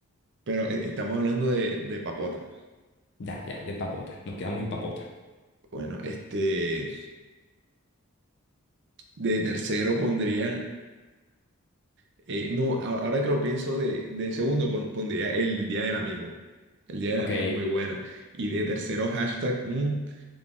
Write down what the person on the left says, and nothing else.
Ya, ya, de papota. Nos quedamos en papota.
Ok,